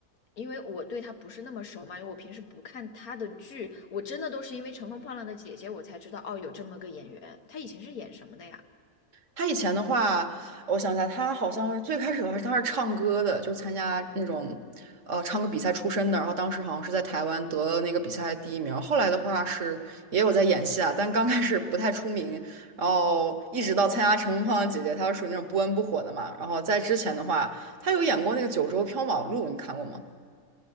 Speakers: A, on the left; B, on the right.
A: 因为我对他不是那么熟嘛，因为我平时不看他的剧，我真的都是因为《乘风破浪的姐姐》我才知道哦，有这么个演员，他以前是演什么的呀？
B: 他以前的话，我想一下，他好像是最开始的话，他是唱歌的，就是参加那种呃唱歌比赛出身的。然后当时好像是在台湾得了那个比赛第一名。后来的话是也有在演戏啊，但刚开始不太出名，然后一直到参加《乘风破浪姐姐》，他是属于那种不温不火的嘛。然后在之前的话，他有演过那个《九州缥缈录》，你看过吗？